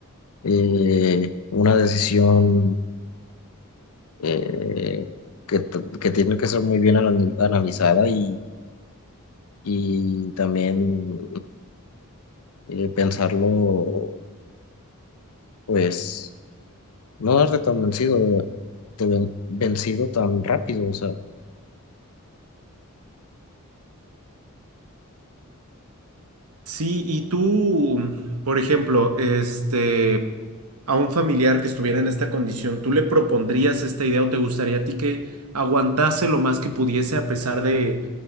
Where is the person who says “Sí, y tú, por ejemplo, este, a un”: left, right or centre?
Right